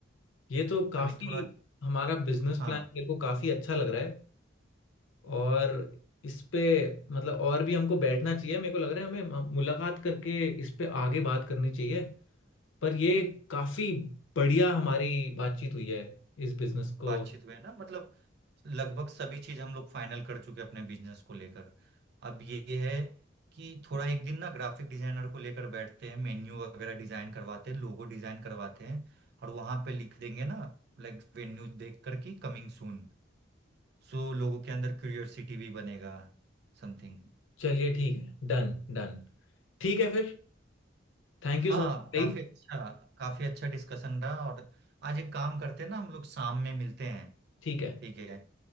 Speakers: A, on the left; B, on the right.
A: ये तो काफी
B: अभी थोड़ा
A: हमारा बिजनेस
B: हाँ
A: प्लान मेरे को काफी अच्छा लग रहा है और इस पे मतलब और भी हमको बैठना चाहिए मेरे को लग रहा है हमें हम- मुलाकात करके इस पे आगे बात करनी चाहिए पर ये काफी बढ़िया हमारी बातचीत हुई है इस बिजनेस को
B: बातचीत हुई है ना मतलब लगभग सभी चीज हम लोग फाइनल कर चुके हैं अपने बिजनेस को लेकर अब ये ये है कि थोड़ा एक दिन ना ग्राफिक डिजाइनर को लेकर बैठते हैं मेन्यू वगैरह डिजाइन करवाते हैं लोगो डिजाइन करवाते हैं और वहां पे लिख देंगे ना लाइक वेन्यू देख कर कि कमिंग सून सो लोगों के अंदर क्यूरियोसिटी भी बनेगा समथिंग
A: चलिए ठीक है डन डन ठीक है फिर थैंक यू
B: हाँ
A: सो मच भाई
B: काफी अच्छा काफी अच्छा डिस्कशन रहा और आज एक काम करते हैं ना हम लोग शाम में मिलते हैं
A: ठीक है
B: ठीक है